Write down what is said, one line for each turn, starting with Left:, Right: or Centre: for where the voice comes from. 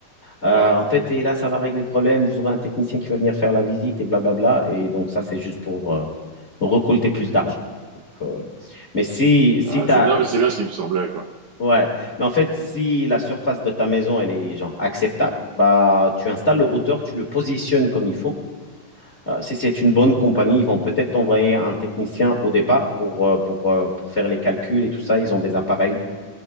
Left: Euh,
Right: ouais.
Left: en fait, et là, ça va régler le problème. Vous aurez un technicien qui va venir faire la visite et blablabla. Et donc, ça, c'est juste pour euh, récolter plus d'argent. euh, mais si, si
Right: Euh,
Left: t'as,
Right: c'est- non, mais c'est bien ce qui me semblait, quoi.
Left: ouais, mais en fait, si la surface de ta maison, elle est genre acceptable, bah, tu installes le routeur, tu le positionnes comme il faut. Euh, si c'est une bonne compagnie, ils vont peut-être t'envoyer un technicien au départ pour, euh, pour, euh, pour faire les calculs et tout ça. Ils ont des appareils